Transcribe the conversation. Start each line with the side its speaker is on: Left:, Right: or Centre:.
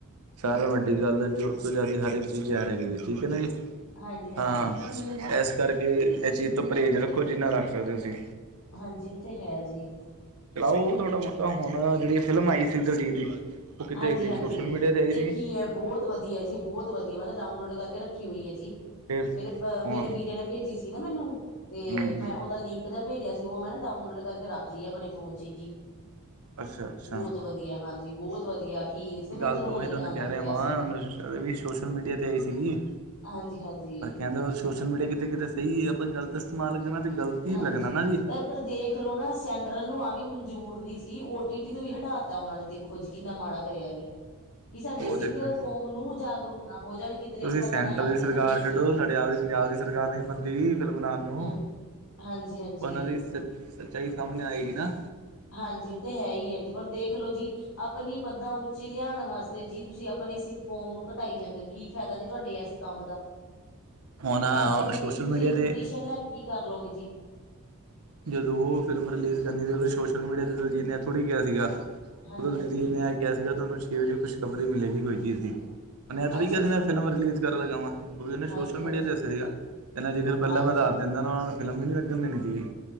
Right: ਸਾਰਿਆਂ ਨੂੰ ਵੱਡੀ ਗੱਲ ਜ਼ਰੂਰ ਤੋਂ ਜ਼ਿਆਦਾ ਹਰਕ ਚੀਜ਼ ਜਾ ਰਹੇਗੀ ਹੈ ਠੀਕ ਹੈ ਨਾ ਜੀ
Left: ਹਾਂਜੀ-ਹਾਂਜੀ,
Right: ਹਾਂ ਇਸ ਕਰਕੇ ਇਹ ਚੀਜ਼ ਤੋਂ ਪਰਹੇਜ਼ ਰੱਖੋ ਜਿੰਨਾ ਰੱਖ ਸਕਦੇ ਹੋ ਤੁਸੀਂ
Left: ਹਾਂਜੀ ਉਹ ਤੇ ਹੈ ਜੀ
Right: ਚਲਾਓ ਥੋੜਾ ਮਹੁਤਾ ਹੁਣ ਜਿਹੜੀ ਫਿਲਮ ਆਈ ਸੀ ਦਲਜੀਤ ਦੀ ਉਹ ਕਿਤੇ
Left: ਹਾਂਜੀ-ਹਾਂਜੀ
Right: ਆਈ ਸੀ ਸੋਸ਼ਲ ਮੀਡੀਆ 'ਤੇ ਆਈ
Left: ਦੇਖੀ
Right: ਸੀ
Left: ਹੈ ਬਹੁਤ ਵਧੀਆ ਜੀ ਬਹੁਤ ਵਧੀਆ ਮੈਂ ਤਾਂ ਡਾਊਨਲੋਡ ਕਰਕੇ ਰੱਖੀ ਹੋਈ ਹੈ ਜੀ
Right: ਫਿਰ
Left: ਮੇਰੇ ਮੇਰੇ
Right: ਹਾਂ
Left: ਵੀਰੇ ਨੇ ਭੇਜੀ ਸੀ ਨਾ ਮੈਨੂੰ ਤੇ
Right: ਹੂੰ ਹੂੰ
Left: ਮੈਂ ਉਹਦਾ ਲਿੰਕ ਜਾ ਭੇਜਿਆ ਸੀ ਉਹ ਮੈਂ ਨਾ ਡਾਊਨਲੋਡ ਕਰਕੇ ਰੱਖ ਲਈਏ ਆਪਣੇ ਫੋਨ ਚ ਹੀ ਜੀ
Right: ਅੱਛਾ ਅੱਛਾ
Left: ਬਹੁਤ ਵਧੀਆ ਹਾਂਜੀ ਬਹੁਤ ਵਧੀਆ ਅਖੀਰ ਚ ਤੇ ਮੈਨੂੰ
Right: ਗੱਲ ਤਾਂ
Left: ਰੋਣਾ
Right: ਉਹੀ
Left: ਹੀ
Right: ਤੁਹਾਨੂੰ
Left: ਆਣ
Right: ਕਹਿ
Left: ਲੱਗ
Right: ਰਿਹਾ
Left: ਪਿਆ
Right: ਵਾਂ
Left: ਸੀ
Right: ਵੀ ਸੋਸ਼ਲ ਮੀਡੀਆ ਤੇ ਆਈ ਸੀਗੀ
Left: ਹਾਂਜੀ ਹਾਂਜੀ
Right: ਪਰ ਕਹਿੰਦਾ ਸੋਸ਼ਲ ਮੀਡੀਆ ਕਿਤੇ ਕਿਤੇ ਸਹੀ ਹੈ ਆਪਾਂ ਗੱਲ ਤਾਂ ਮਾਲਕਣਾ ਤੇ ਗਲਤ ਹੀ
Left: ਹਾਂਜੀ
Right: ਲੱਗਣਾ ਨਾ ਜੀ
Left: ਤੇ ਦੇਖ ਲਓ ਨਾ ਸੈਂਟਰਲ ਨੂੰ ਆਹ ਵੀ ਮਨਜੂਰ ਨਹੀਂ ਸੀ ਓ ਟੀ ਟੀ ਤੋਂ ਵੀ ਹਟਾਤਾ ਉਹਨਾਂ ਨੇ ਖੋਝ ਕਿੰਨਾ ਮਾੜਾ ਕਰਿਆ ਇਹ ਵੀ ਕਿ ਸਾਡੇ
Right: ਉਹ
Left: ਸਿੱਖ
Right: ਦੇਖੋ
Left: ਕੌਮ ਨੂੰ ਜਾਗਰੂਕ ਨਾ ਹੋ ਜਾਣ ਕਿੱਧਰੇ
Right: ਤੁਸੀਂ
Left: ਕਿ ਪਤਾ
Right: ਸੈਂਟਰ
Left: ਨਾ ਲੱਗ ਜੇ
Right: ਸਰਕਾਰ
Left: ਸਾਡੇ ਨਾਲ ਕੀ
Right: ਛੱਡੋ
Left: ਬੀਤ
Right: ਸਾਡੇ ਆਪਦੀ ਪੰਜਾਬ ਦੀ ਸਰਕਾਰ ਨਹੀਂ ਮੰਣਦੀ ਫਿਲਮ ਲਾਣ ਨੂੰ
Left: ਹਾਂ ਹਾਂਜੀ ਹਾਂਜੀ
Right: ਉਹਨਾਂ ਦੀ ਸ ਸੱਚਾਈ ਸਾਹਮਣੇ ਆਏਗੀ ਨਾ
Left: ਹਾਂਜੀ ਉਹ ਤੇ ਹੈ ਹੀ ਏ ਜੀ ਪਰ ਦੇਖ ਲਓ ਜੀ ਆਪਣੀ ਪੱਦਾਂ ਉੱਚੀ ਲਿਆਣ ਵਾਸਤੇ ਜੀ ਤੁਸੀਂ ਆਪਣੀ ਸਿੱਖ ਕੌਮ ਨੂੰ ਘਟਾਈ ਜਾਂਦੇ ਹੋ ਕੀ ਫਾਇਦਾ ਜੀ ਤੁਹਾਡੇ ਐਸੇ ਕੰਮ ਦਾ
Right: ਹੁਣ
Left: ਐਵੇਂ ਜੀ
Right: ਸੋਸ਼ਲ
Left: ਤੁਸੀਂ
Right: ਮੀਡੀਆ ਤੇ
Left: ਪੁਜੀਸ਼ਨ ਲੈ ਕੇ ਕੀ ਕਰਲੋਗੇ ਜੀ
Right: ਜਦੋਂ ਉਹ ਫਿਲਮ ਰਿਲੀਜ਼ ਕਰਨੀ ਸੀ ਉਦੋਂ ਸੋਸ਼ਲ ਮੀਡੀਆ ਤੇ ਦਲਜੀਤ ਨੇ ਇਹ ਥੋੜ੍ਹੀ ਕਿਹਾ ਸੀਗਾ
Left: ਹਾਂਜੀ
Right: ਉਹ ਦਲਜੀਤ
Left: ਹਾਂਜੀ
Right: ਨੇ ਆ ਕਿਹਾ ਸੀਗਾ ਤੁਹਾਨੂੰ ਛੇ ਵਜੇ ਖੁਸ਼ਖ਼ਬਰੀ ਹੀ ਮਿਲੇਗੀ ਕੋਈ ਚੀਜ਼ ਦੀ ਉਨੇ ਇਕ ਥੋੜੀ
Left: ਅੱਛਾ
Right: ਕਿਹਾ
Left: ਅੱਛਾ
Right: ਸੀ ਮੈਂ
Left: ਜੀ
Right: ਫਿਲਮ ਰਿਲੀਜ਼ ਕਰਨ ਲਗਾ ਵਾਂ। ਉਹ ਵੀ ਉਹਨੇ
Left: ਹਾਂਜੀ
Right: ਸੋਸ਼ਲ
Left: ਹਾਂਜੀ
Right: ਮੀਡੀਆ ਤੇ ਦੱਸਿਆ ਸੀਗਾ ਕ ਨਾ ਜੇਕਰ ਪਹਿਲਾਂ
Left: ਹਾਂਜੀ
Right: ਮੈਂ ਦੱਸ ਦਿੰਦਾ ਨਾ ਉਹਨਾਂ ਨੂੰ ਫਿਲਮ ਵੀ ਨਹੀਂ ਲੱਗਣ ਦੇਣੀ ਸੀਗੀ।